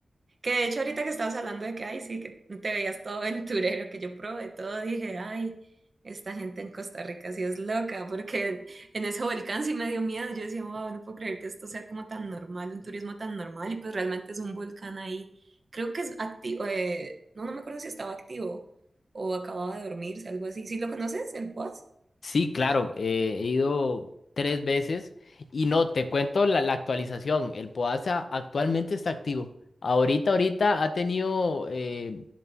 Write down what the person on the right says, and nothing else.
Que de hecho ahorita que estabas hablando de que, ay, sí, que te veías todo aventurero, que yo probé todo, dije, ay, esta gente en Costa Rica sí es loca, porque en, en ese volcán sí me dio miedo. Yo decía, wow, no puedo creer que esto sea como tan normal, un turismo tan normal, y pues realmente es un volcán ahí. Creo que es activo, eh, no, no me acuerdo si estaba activo o acababa de dormirse, algo así. ¿Sí lo conoces, el Poas?